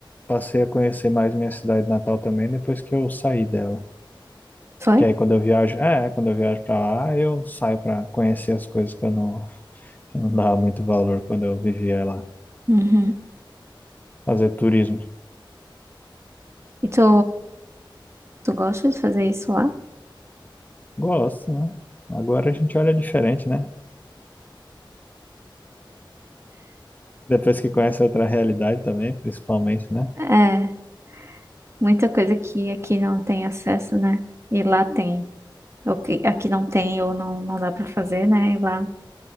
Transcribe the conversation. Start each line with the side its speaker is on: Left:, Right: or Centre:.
Left: passei a conhecer mais minha cidade natal também depois que eu saí dela.
Right: Foi?
Left: Que aí quando eu viajo, é, quando eu viajo pra lá, eu saio pra conhecer as coisas que eu não, que eu não dava muito valor quando eu vivia lá.
Right: Uhum.
Left: Fazer turismo.
Right: E tu, tu gosta de fazer isso lá?
Left: Gosto, né? Agora a gente olha diferente, né? Depois que conhece outra realidade também, principalmente, né?
Right: É, muita coisa que aqui não tem acesso, né? E lá tem. O que aqui não tem ou não, não dá pra fazer, né? E lá